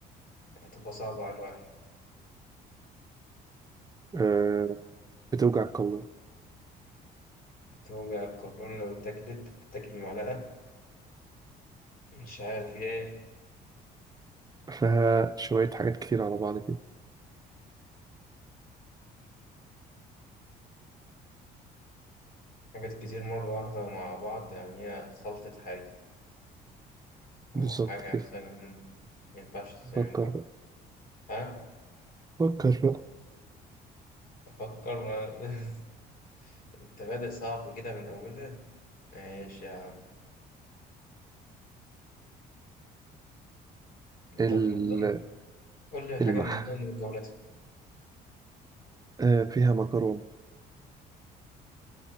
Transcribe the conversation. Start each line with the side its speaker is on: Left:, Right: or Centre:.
Left: فتبقى صعبة على الواحد
Right: آه بتوجع القولون
Left: بتوجع القولون لو اتاكلت بتاكل بمعلقة مش عارف هي إيه
Right: فيها شوية حاجات كتير على بعض كده
Left: حاجات كتير مرة واحدة مع بعض يعني هي خلطة حاجة أو
Right: بالظبط
Left: حاجة
Right: كده
Left: مثلا ما ينفعش تتعمل
Right: فكر
Left: لوحدها
Right: بقى
Left: ها
Right: فكر بقى
Left: أفكر ما <laughs> انت بادئ صعب كده من اولها ماشي يا عم
Right: ال-
Left: طب من ضمن قول لي حاجه
Right: المح
Left: من ضمن مكوناتها
Right: آه فيها مكرونة